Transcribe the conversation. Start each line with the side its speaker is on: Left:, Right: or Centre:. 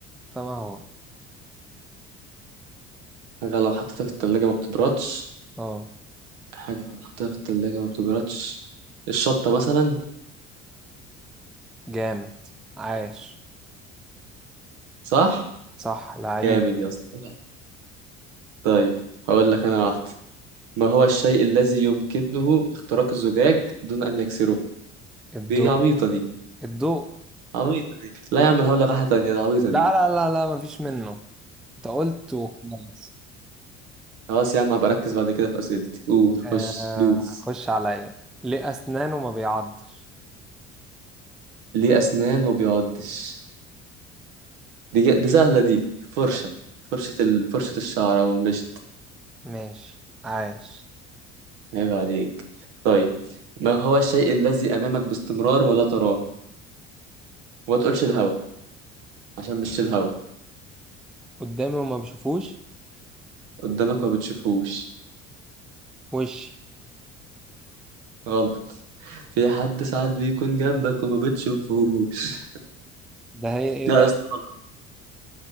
Centre: فما هو؟
Right: حاجة لو حطيتها في التلاجة ما بتبردش
Centre: اه
Right: حاجة بنحطها في التلاجة ما بتبردش الشطة مثلا
Centre: جامد عاش
Right: صح؟
Centre: صح لعيب
Right: جامد يا اسطى عيب عليك. طيب هقول لك أنا واحدة ما هو الشيء الذي يمكنه اختراق الزجاج دون أن يكسره؟
Centre: الضوء
Right: دي عبيطة دي
Centre: الضوء
Right: عبيطة دي لا يا عم أنا هقول لك واحدة تانية دي عبيطة
Centre: لا
Right: دي
Centre: لا لا لا مفيش منه انت قلت وخلاص
Right: خلاص يا عم هبقى أركز بعد كده في أسئلتي قول خش
Centre: آه
Right: دوس
Centre: هخش عليا ليه أسنانه ما بيعضش
Right: ليه أسنان ما بيعضش؟ دي ج- دي سهلة دي فرشة
Centre: طب
Right: فرشة ال... فرشة الشعر أو المشط
Centre: ماشي عاش
Right: عيب عليك طيب ما هو الشيء الذي أمامك باستمرار ولا تراه؟ وما تقولش الهوا عشان مش الهوا
Centre: قدامي وما بشوفوش
Right: قدامك ما بتشوفوش
Centre: وشي
Right: غلط في حد ساعات بيكون جنبك وما بتشوفوش
Centre: ده هي ايه
Right: لا
Centre: بقى
Right: يا اسطى غلط